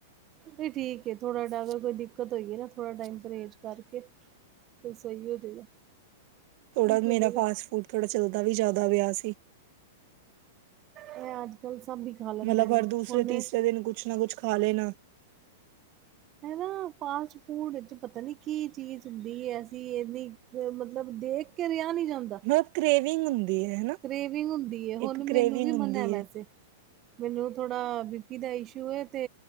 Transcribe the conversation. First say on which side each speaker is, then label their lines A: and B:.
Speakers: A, on the right; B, on the right.
A: ਨਹੀਂ ਠੀਕ ਏ ਥੋੜਾ ਜਿਆਦਾ ਕੋਈ ਦਿੱਕਤ ਹੋਈ ਨਾ ਥੋੜਾ ਟਾਈਮ ਪਰਹੇਜ ਕਰਕੇ। ਫਿਰ ਸਹੀ ਹੋ ਜਾਏਗਾ।
B: ਥੋੜਾ
A: ਠੀਕ ਹੋ
B: ਮੇਰਾ
A: ਜਾਏਗਾ
B: ਫਾਸਟ ਫੂਡ ਥੋੜਾ ਚੱਲਦਾ ਵੀ ਜ਼ਿਆਦਾ ਪਿਆ ਸੀ।
A: ਇਹ ਅੱਜ ਕੱਲ ਸਭ ਹੀ ਖਾ ਲੈਂਦੇ
B: ਮਤਲਬ
A: ਨੇ
B: ਹਰ ਦੂਸਰੇ-ਤੀਸਰੇ
A: ਹੁਨੇ
B: ਦਿਨ ਕੁਝ ਨਾ ਕੁਝ ਖਾ ਲੈਣਾ। <inaudible>
A: ਹੈ ਨਾ ਫਾਸਟ ਫੂਡ ਵਿੱਚ ਪਤਾ ਨੀ ਕੀ ਚੀਜ਼ ਹੁੰਦੀ ਐਸੀ ਇਨੀ। ਮਤਲਬ ਦੇਖ ਕੇ ਰਿਹਾ ਨਹੀਂ ਜਾਂਦਾ।
B: ਮਤਲਬ ਕਰੇਵਿੰਗ ਹੁੰਦੀ। ਹੈ ਹਨਾ
A: ਕਰੇਵਿੰਗ ਹੁੰਦੀ ਹੈ ਹੁਣ
B: ਇੱਕ
A: ਮੈਨੂੰ
B: ਕਰੇਵਿੰਗ
A: ਵੀ
B: ਹੁੰਦੀ
A: ਮਨਾ ਹੈ ਵੈਸੇ। ਮੈਨੂੰ ਥੋੜਾ ਬੀ ਪੀ ਦਾ ਇਸ਼ੂ ਏ ਤੇ